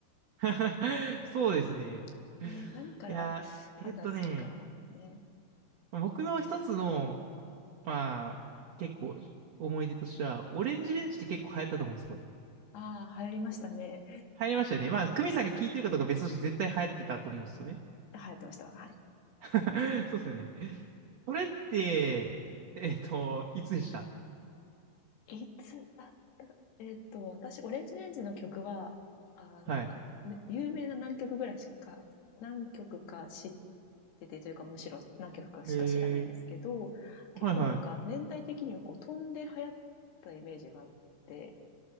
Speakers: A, on the right (about 80°); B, on the left (about 70°).
A: うん。<laughs> そうですね。
B: <laughs> ね、何から
A: いや、えっとね、
B: 判断するか、ね。
A: 僕の一つの、まあ、結構思い出としては、オレンジレンジって結構流行ったと思うんですよ。
B: ああ、流行りましたね。
A: 流行りましたよね。まあ、クミさんが聞いてるかどうか別として絶対流行ってたと思うんですよね。
B: はい。流行ってました。はい。
A: <laughs> そうですよね。それって、えっと、いつでした
B: いつだったか、えっと、私、オレンジレンジの曲は、あの、
A: はい。
B: まあ、ね有名な何曲ぐらいしか、何曲か知っててというか、むしろ何曲かしか知らないんですけど、
A: え
B: 結構なんか年代的にはこう飛んで流行ったイメージがあって、
A: ー、はいはい。